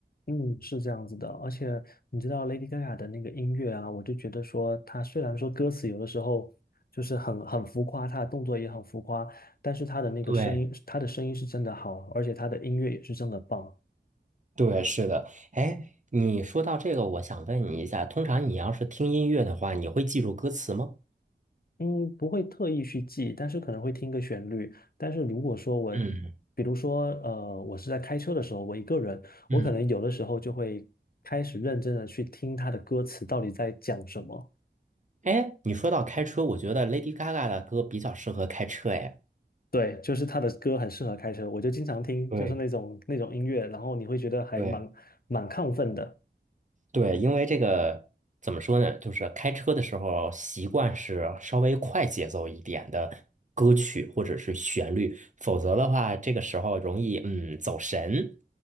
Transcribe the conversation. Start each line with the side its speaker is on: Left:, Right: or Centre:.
Left: 嗯，是这样子的，而且你知道 Lady Gaga 的那个音乐啊，我就觉得说，她虽然说歌词有的时候就是很很浮夸，她的动作也很浮夸，但是她的那个声音，
Right: 对，
Left: 她的声音是真的好，而且她的音乐也是真的棒。
Right: 对，是的。哎，你说到这个，我想问你一下，通常你要是听音乐的话，你会记住歌词吗？
Left: 嗯，不会特意去记，但是可能会听个旋律。但是如果说我，
Right: 嗯
Left: 比如说呃，我是在开车的时候，我一个人，我可能有的时候就会开始认真的去听她的歌词到底在讲什么。
Right: 嗯。哎，你说到开车，我觉得 Lady Gaga 的歌比较适合开车。哎，
Left: 对，就是他的歌很适合开车，我就经常听，
Right: 对
Left: 就是那种那种音乐，然后你会觉得还蛮蛮亢奋的，
Right: 对，对，因为这个怎么说呢，就是开车的时候习惯是稍微快节奏一点的歌曲或者是旋律，否则的话，这个时候容易嗯走神。